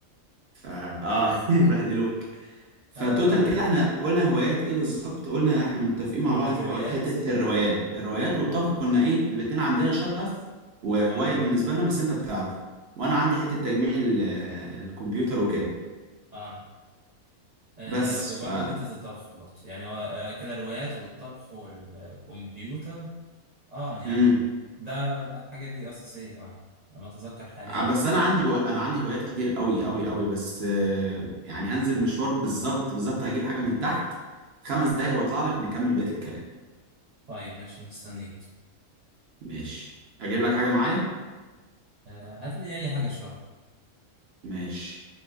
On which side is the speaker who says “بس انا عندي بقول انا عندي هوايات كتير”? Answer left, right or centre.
Right